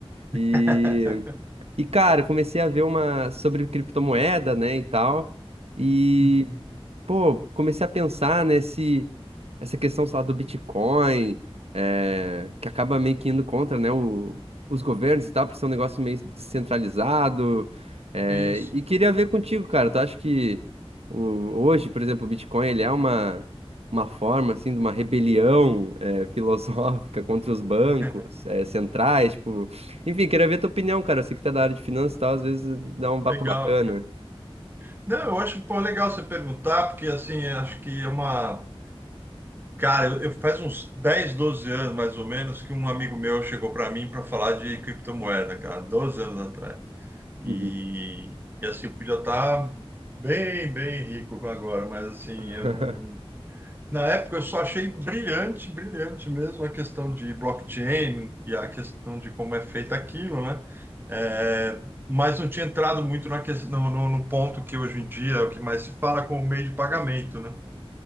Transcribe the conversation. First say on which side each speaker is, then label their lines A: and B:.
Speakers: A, on the right; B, on the right.
A: <laughs>
B: E, e cara, eu comecei a ver uma sobre criptomoeda, né, e tal. E
A: Uhum.
B: Pô, comecei a pensar, né, se essa questão, sei lá, do Bitcoin, eh, que acaba meio que indo contra, né, o- os governos e tal, por ser um negócio meio descentralizado. eh,
A: Isso.
B: e queria ver contigo, cara, tu acha que o- hoje, por exemplo, o Bitcoin, ele é uma, uma forma, assim, de uma rebelião, eh, <laughs> filosófica contra os bancos,
A: <laughs>
B: eh, centrais, tipo... Enfim, queria ver tua opinião, cara. Eu sei que tu é da área de finanças e tal, às vezes dá um papo
A: Legal,
B: bacana.
A: cara. Não, eu acho, pô, legal você perguntar, porque assim, eu acho que é uma. Cara, eu, eu- faz uns 10, 12 anos, mais ou menos, que um amigo meu chegou para mim para falar de criptomoeda, cara, 12 anos atrás. E,
B: Uhum.
A: e assim, eu podia estar bem, bem rico agora, mas assim,
B: <laughs>
A: eu não. Na época eu só achei brilhante, brilhante mesmo a questão de blockchain e a questão de como é feito aquilo, né? É, mas não tinha entrado muito na ques- no, no- no ponto que hoje em dia é o que mais se fala como meio de pagamento, né?